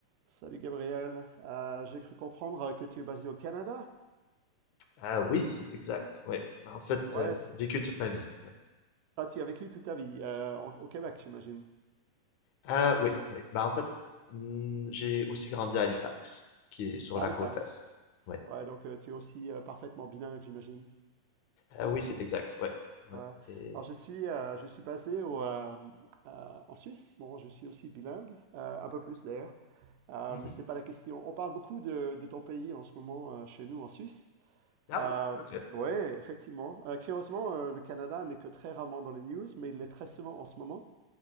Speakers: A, on the right; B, on the left.
A: Salut Gabriel, Euh, j'ai cru comprendre euh, que tu es basé au Canada.
B: Ah oui, c'est exact. Oui. En fait,
A: Ouais,
B: euh,
A: c'est-
B: vécu toute ma vie. Ouais.
A: ah, tu as vécu toute ta vie euh, en- au Québec, j'imagine,
B: Ah oui, oui. Ben, en fait, hmm, j'ai aussi grandi à Halifax, qui est sur
A: à
B: la
A: Halifax.
B: côte est. Ouais.
A: Ouais, donc euh, tu es aussi euh, parfaitement bilingue, j'imagine.
B: Ah oui, c'est exact. Ouais. Ouais.
A: Ouais.
B: Et...
A: Alors je suis, euh, je suis basé au, euh, euh, en Suisse. Bon, je suis aussi bilingue, euh, un peu plus d'ailleurs. Euh,
B: Mhm.
A: mais c'est pas la question. On parle beaucoup de, de ton pays en ce moment euh, chez nous en Suisse.
B: Ah
A: Euh,
B: oui, ok.
A: ouais, effectivement. Euh, curieusement, euh, le Canada n'est que très rarement dans les news, mais il l'est très souvent en ce moment.